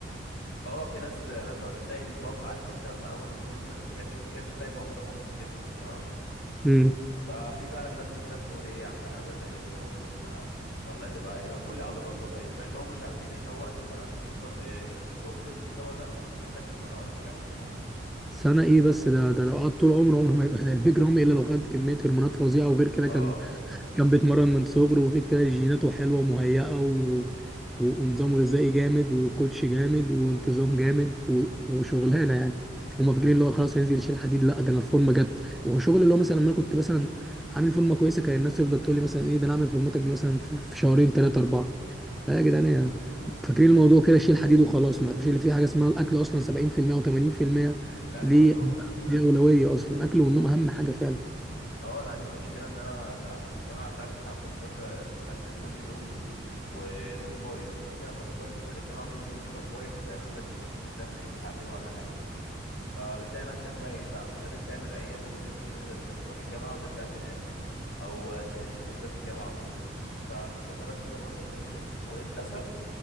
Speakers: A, on the left; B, in the centre.
A: اه في ناس آه، لما بتلاقي البامب عارف انت لما اول لما تنزل كام يوم كده بتلاقي بامب حصل في جسمك تمام
B: امم
A: ففي فعلا ناس بتخاف تقول ايه يا عم انا هبقى زي بيج رامي ولا ولا هتبقى هيبقى كل عضلات ولا ايه مع انهم مش عارفين ان هو اساسا عشان يوصل لضمن المستوى ده محتاج له سنة ولا حاجة عشان يلعب
B: سنه <laughs> ايه بس ده ده لو قعد طول عمره عمره ما يبقى زي البيج رامي الا لو خد كميه هرمونات فظيعه وغير كده
A: اه
B: كان كان بيتمرن من صغره وغير كده جيناته حلوة ومهيئة و... و... ونظام غذائي جامد وكوتش جامد وانتظام جامد و... وشغلانة يعني هما فاكرين اللي هو خلاص هينزل يشيل حديد لا ده انا الفورمة جت وشغل اللي هو مثلا لما انا كنت مثلا عامل فورمة كويسة كان الناس تفضل تقول لي مثلا ايه ده انا عامل فورمتك دي مثلا في في شهرين ثلاثة أربعة لا يا جدعان يا- فاكرين الموضوع كده شيل حديد وخلاص ما يعرفوش اللي فيه حاجة اسمها الأكل أصلا 70% و80%
A: الاكل
B: ليه
A: والنوم
B: ليه أولوية أصلا أكل والنوم أهم حاجة فعلا
A: اه انا عندي مشكلة ان انا عشان الجامعة بتاعتي ساعات بضطر آه، انزل كل يوم ونومي بايظ فانت لما تضطر تنزل الجامعه كل يوم ونومك بايظ بتلاقي نفسك بت- بتنام في اليوم ساعتين ولا حاجه فبتلاقي نفسك ميت بقى مش قادر تعمل اي حاجه تاني في اليوم غير انك تروح الجامعه وترجع تنام او آه، تذاكر كوزات الجامعه وكده ففي الفترات دي ببطل فيها جيم وللاسف